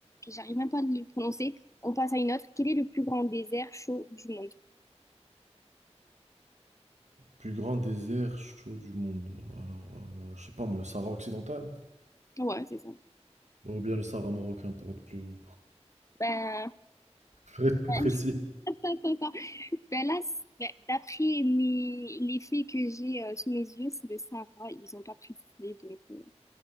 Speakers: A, on the left; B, on the right.
A: ok, J'arrive même pas à le prononcer. On passe à une autre. Quel est le plus grand désert chaud du monde?
B: Plus grand désert chaud du monde. Alors, euh, je sais pas, moi, le Sahara occidental.
A: Ouais, c'est ça.
B: Ou bien le Sahara marocain, pour être plus,
A: Ben,
B: <laughs> pour être plus
A: ben,
B: précis.
A: <laughs> attends, attends. Ben là, c'est- ben, d'après mes... les faits que j'ai euh, sous mes yeux, c'est le Sahara. Ils ont pas précisé, donc... euh,